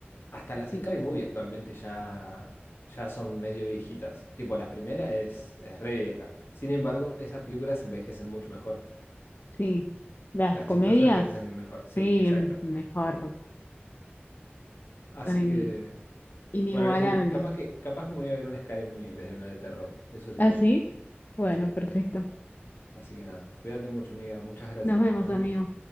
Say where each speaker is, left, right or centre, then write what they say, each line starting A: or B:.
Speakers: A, on the left; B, on the left.
A: hasta las
B: Sí,
A: Scary Movie actualmente ya, ya son medio viejitas, tipo la primera es, es re vieja, sin embargo, esas películas envejecen mucho mejor,
B: sí. Las
A: las
B: comedias,
A: chistosas envejecen mejor, sí,
B: sí,
A: exacto.
B: m- mejor,
A: Así
B: son ini-
A: que,
B: inigualables.
A: bueno, Leslie, capaz que, capaz que me voy a ver una Scary Movie en vez de una de terror, eso es divertido.
B: ¿Ah, sí? Bueno,
A: Sí.
B: perfecto.
A: Así que nada, cuídate mucho, amiga. Muchas gracias.
B: Nos vemos,
A: Nos
B: amigos.
A: vemos.